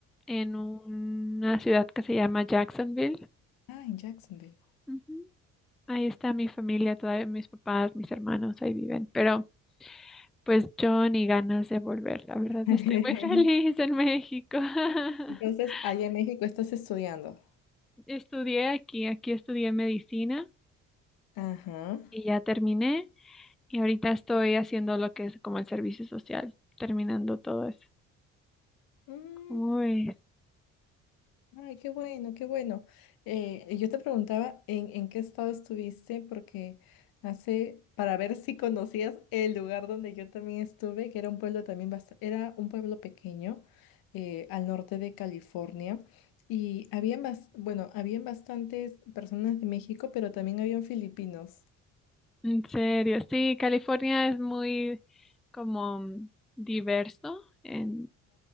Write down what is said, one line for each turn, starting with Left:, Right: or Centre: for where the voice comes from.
Centre: en una ciudad que se llama Jacksonville.
Left: Ah, en Jacksonville.
Centre: Ujú. Ahí está mi familia, todavía mis papás, mis hermanos, ahí viven. Pero pues yo ni ganas de volver, la verdad,
Left: <laughs>
Centre: estoy muy <laughs> feliz en México.
Left: Entonces,
Centre: <laughs>
Left: allá en México estás estudiando.
Centre: Estudié aquí, aquí estudié medicina
Left: Ajá.
Centre: y ya terminé. Y ahorita estoy haciendo lo que es como el servicio social, terminando todo eso.
Left: Mm,
Centre: Uy,
Left: Ay, qué bueno, qué bueno. Eh, yo te preguntaba en, en qué estado estuviste, porque hace, para ver si conocías el lugar donde yo también estuve, que era un pueblo también bastante, era un pueblo pequeño eh, al norte de California. Y habían, bas- bueno, habían bastantes personas de México, pero también habían filipinos.
Centre: en serio, sí, California es muy como mm, diverso en,